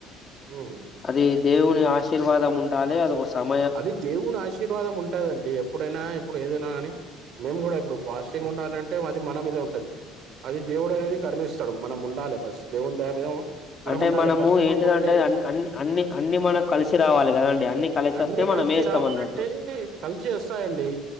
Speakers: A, on the right (about 55°); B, on the left (about 30°).
A: హుహు.
B: అది దేవుని ఆశీర్వాదం ఉండాలే అది ఒక సమ
A: అది దేవుని ఆశీర్వాదం ఉంటదండి ఎప్పుడైనా ఇప్పుడు ఏదైనా కానీ మేము కూడా ఇప్పుడు ఫాస్టింగ్ ఉండ అనంటే అది మన మీద ఉంటది అది దేవుడు అనేది కరుణిస్తాడు మనం ఉండాలె బస్ దేవుని దయ మీద మనం
B: అంటే
A: ఉండాలి
B: మనము
A: ఫస్ట్
B: ఏంటిదంటే
A: మనం ఒకటే చేస్
B: అన్ అన్ అన్ని అన్ని మనకు కలిసి రావాలి కదండి అన్ని కలిసి
A: అన్నీ
B: వస్తే మనం
A: కలిసి
B: వేస్తాం
A: రావాలంటే
B: అన్నట్టు
A: కలిసి వస్తాయండి